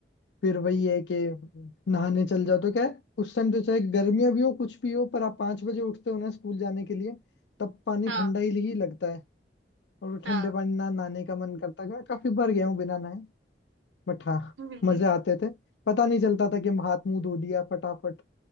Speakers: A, on the left (about 70°); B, on the right (about 80°).
A: फिर वही है कि नहाने चल जाओ तो क्या है उस टाइम तो चाहे गर्मियां भी हो कुछ भी हो पर आप पांच बजे उठते हो ना स्कूल जाने के लिए तब पानी
B: हाँ
A: ठंडा ही ही लगता है और वो ठंडे
B: हाँ
A: पानी ना नहाने का मन करता है मैं काफी बार गया हूँ बिना नहाए बट हाँ
B: <laughs>
A: मजे आते थे पता नहीं चलता था कि हम हाथ मुंह धो लिया फटाफट